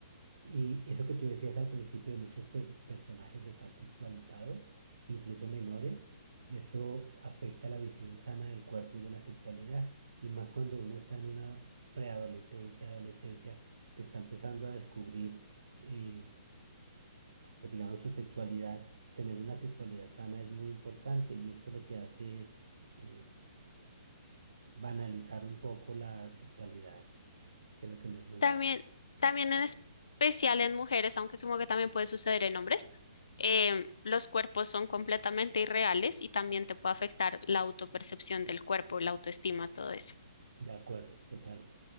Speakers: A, on the right; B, on the left.
A: Y eso que tú decías al principio, de muchos per- personajes están sexualizados, incluso menores, eso afecta la visión sana del cuerpo y de la sexualidad, y más cuando uno está en una preadolescencia, adolescencia, que está empezando a descubrir, eh, pues digamos, su sexualidad, tener una sexualidad sana es muy importante, y esto lo que hace es eh, banalizar un poco la sexualidad, creo que no es muy
B: También,
A: bueno.
B: también en especial en mujeres, aunque supongo que también puede suceder en hombres, em, los cuerpos son completamente irreales y también te puede afectar la autopercepción del cuerpo, la autoestima, todo eso.
A: De acuerdo, total.